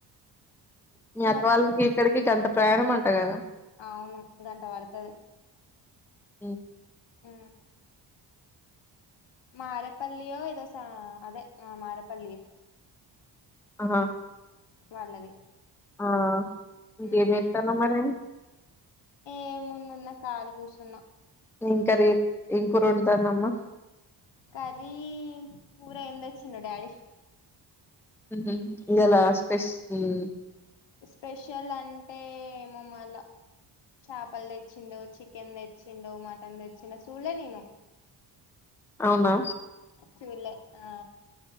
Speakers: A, in the centre; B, on the left (about 70°).
A: మీ అక్కవాళ్ళు
B: వచ్చింది
A: ఇంకా ఇక్కడికి జంట ప్రయాణమంట కదా
B: అవును గంట వడుతది
A: ఉ
B: ఊ మారపల్లి ఓ ఏదో సా అదే ఆ మారపల్లియే
A: హా
B: వాళ్ళది
A: ఆ ఇంకేం
B: ఉహు
A: చేత్తన్నావ్ మరి
B: యే ముందున్న కాలి కూసున్న
A: ఎం కర్రీ ఎం కురోండుతందమ్మా.
B: కర్రీ కూర ఎం తెచ్చిండు డాడీ
A: హుమ్ ఇయ్యాల స్పెస్ హ్ం
B: స్పెషల్ అంటే ఏమో మల్ల చాపలు తెచ్చిండో చికెన్ తెచ్చిండో మటన్ తెచ్చిండో సులే నేను
A: అవునా
B: సులే ఆ